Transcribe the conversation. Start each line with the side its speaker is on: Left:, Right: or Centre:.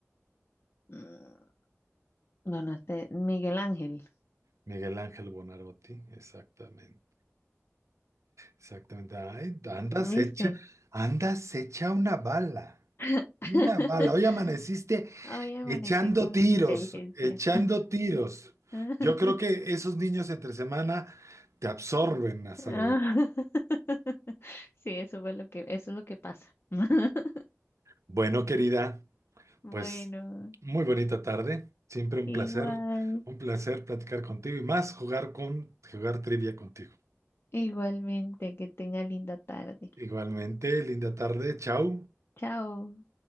Left: Mm, Donaste Miguel Ángel.
Right: Miguel Ángel Buonarroti, exactamente, exactamente. Ay, andas
Left: ¿Viste?
Right: hecha, andas hecha una bala,
Left: <laughs>
Right: una bala. Hoy amaneciste
Left: Hoy amanecí
Right: echando
Left: con
Right: tiros,
Left: inteligencia.
Right: echando tiros.
Left: <laughs>
Right: Yo creo que esos niños entre semana te absorben hasta
Left: Ah,
Right: la energía.
Left: <laughs> Sí, eso fue lo que, eso es lo que pasa. <laughs>
Right: Bueno, querida,
Left: Bueno,
Right: pues muy bonita tarde, siempre un
Left: igual,
Right: placer, un placer platicar contigo y más jugar con, jugar trivia contigo.
Left: igualmente, que tenga linda tarde.
Right: Igualmente, linda tarde, chao.
Left: Chao.